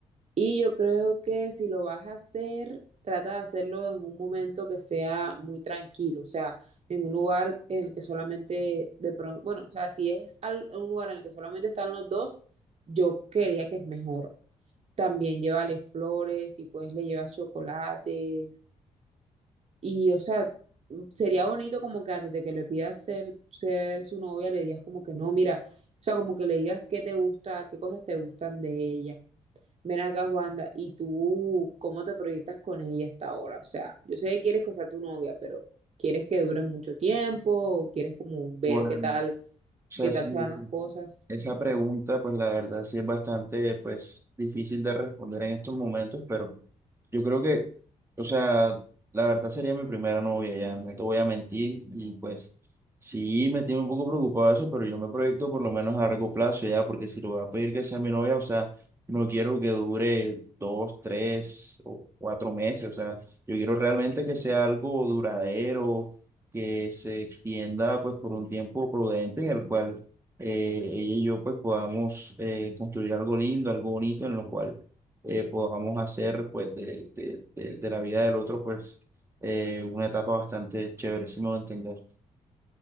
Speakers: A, on the right; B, on the right.
A: Y yo creo que si lo vas a hacer, trata de hacerlo en un momento que sea muy tranquilo, o sea, en un lugar en el que solamente de pronto, bueno, o sea, si es al- un lugar en el que solamente están los dos, yo creería que es mejor. También llévale flores, si puedes le llevas chocolates y, o sea, mm, sería bonito como que antes de que le pidas ser, ser su novia, le digas como que no, mira, o sea, como que le digas qué te gusta, qué cosas te gustan de ella Ven acá, Juanda, ¿y tú cómo te proyectas con ella hasta ahora? O sea, yo sé que quieres que sea tu novia, pero ¿quieres que dure mucho tiempo? ¿O ¿Quieres como ver
B: Bueno,
A: qué tal,
B: o sea,
A: qué tal
B: sí,
A: se van
B: sí.
A: las cosas?
B: Esa pregunta, pues la verdad sí es bastante, pues, difícil de responder en estos momentos, pero yo creo que, o sea, la verdad sería mi primera novia ya, no te voy a mentir, y pues sí me tiene un poco preocupado eso, pero yo me proyecto por lo menos a largo plazo ya, porque si lo voy a pedir que sea mi novia, o sea, no quiero que dure dos, tres o cuatro meses, o sea, yo quiero realmente que sea algo duradero, que se extienda pues por un tiempo prudente en el cual eh, ella y yo pues podamos eh, construir algo lindo, algo bonito en lo cual eh, podamos hacer pues de, de- de- de la vida del otro pues eh, una etapa bastante chévere, si me voy a entender.